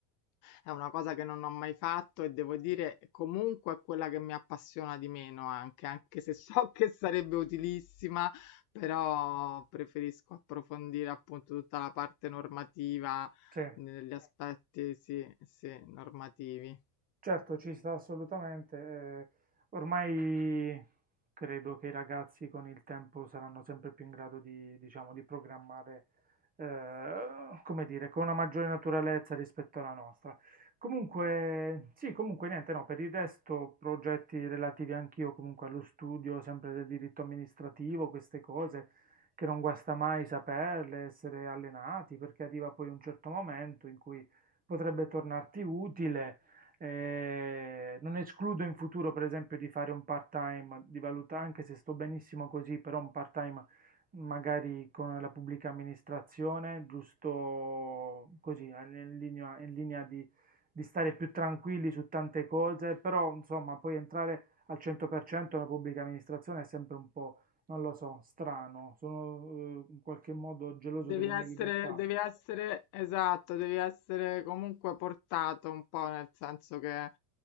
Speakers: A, on the left; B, on the right.
A: è una cosa che non ho mai fatto e devo dire comunque è quella che mi appassiona di meno anche, anche se so che sarebbe utilissima, però preferisco approfondire appunto tutta la parte normativa,
B: sì.
A: negli aspetti, sì, sì, normativi.
B: Certo, ci sta assolutamente. eh, Ormai credo che i ragazzi con il tempo saranno sempre più in grado di, diciamo, di programmare, eh, come dire, con una maggiore naturalezza rispetto alla nostra. Comunque, sì, comunque niente, no, per il resto progetti relativi anch'io comunque allo studio, sempre del diritto amministrativo, queste cose che non guasta mai saperle, essere allenati, perché arriva poi un certo momento in cui potrebbe tornarti utile eh, non escludo in futuro, per esempio, di fare un part-time, di valutare, anche se sto benissimo così, però un part-time magari con la pubblica amministrazione, giusto così, eh, in linea, in linea di, di stare più tranquilli su tante cose, però insomma, poi entrare al 100% nella pubblica amministrazione è sempre un po', non lo so, strano, sono eh, in qualche modo geloso
A: Devi
B: delle
A: essere,
B: mie libertà,
A: devi essere, esatto, devi essere comunque portato un po', nel senso che